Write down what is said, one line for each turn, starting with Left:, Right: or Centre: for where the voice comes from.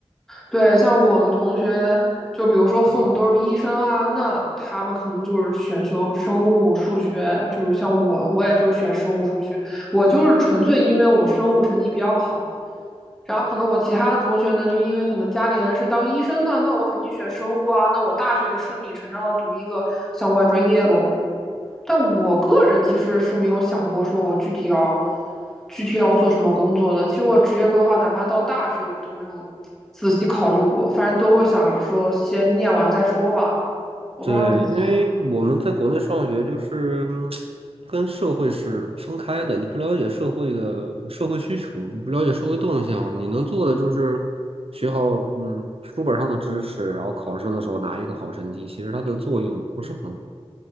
Centre: 对，像我们同学，就比如说父母都是医生啊，那他们可能就是选修生物、数学，就是像我，我也就是选生物、数学，我就是纯粹因为我生物成绩比较好，然后可能我其他的同学呢，就因为可能家里人是当医生的，那我肯定选生物啊，那我大学也顺理成章的读一个相关专业喽。但我个人其实是没有想过说我具体要具体要做什么工作的。其实我职业规划，哪怕到大学我都没有仔细考虑过，反正都会想说先念完再说吧。我不知道你怎样。
Right: 对，因为我们在国内上学就是嗯跟社会是分开的，你不了解社会的社会需求，你不了解社会动向，你能做的就是学好嗯书本上的知识，然后考试的时候拿一个好成绩，其实它的作用不是很好。